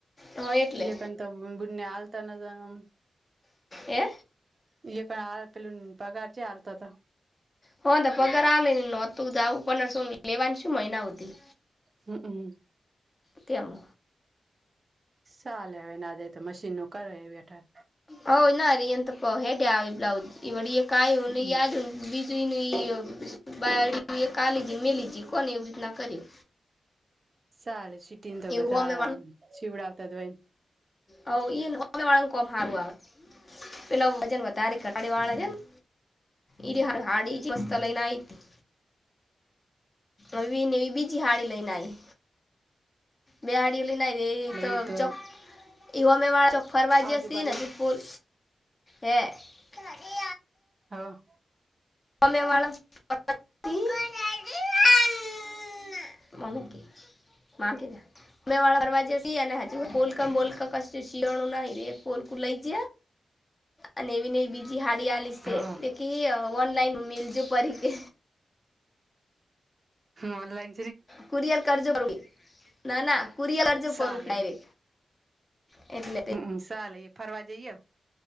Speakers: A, on the left; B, on the right.
A: હા એટલે
B: ઈયા કન તો બુનને આલતા નતા ને આમ
A: હે
B: ઈલે પણ આલ પેલુંન પગાર ચે આલત ત
A: હન તો પગાર આલે નોતું જાવું પંદરસો લેવાની શું મહિના હુધી
B: હમ અ
A: કેમ?
B: સાલે હવે ના દે તો મશીનનું કરે બેઠા
A: હોવ ના અરિ એ તો પ હેડે આવે બ્લાઉઝ ઈ વડી એક આયુ <unintelligible>
B: હમ
A: બીજું ઈનુ ઈ બાયડી એક આલીજી મેલીજી કોને એવી રીતના કરી
B: સાલે સીટીન તો
A: એ
B: બધા
A: હોમે
B: શીવડાવતા જ હોય
A: હોવ ઈ ને હોમ વાળાનું કોમ હારું આવે પેલા વજન વધારે ધટાડે વાળા રે ન ઈ રયા હાડી જ મસ્ત લઈને આઈતી આવી ને એવી બીજી હાડી લઈને આઈ બેહાડીઓલી ના એ તો
B: ઈતો
A: ચોક ઈ હોમે વાળા ચોક ફરવા
B: આજુબાજુમથી
A: જસી ને પુલ હે. ઘરે
B: હા.
A: મ્મ વાળ <unintelligible> મ્મી કે મા મા કે દે મા મે વાળા પરરવાજે ને હજી બોલ બો કશ શિયાળું નહી એ પોલકું લઈ જ અને એવીને એવી બીજી હાડી આવી સ
B: હ
A: સે કેએ ઓનલાઈન હું મીલજું પરીકે.
B: હ ઓનલાન.
A: કુરિયર કરજો ના ના કુરિયર કરજ
B: સાલે
A: પરુ એ એટલે.
B: હમ સાલે ફરવા જઈયો.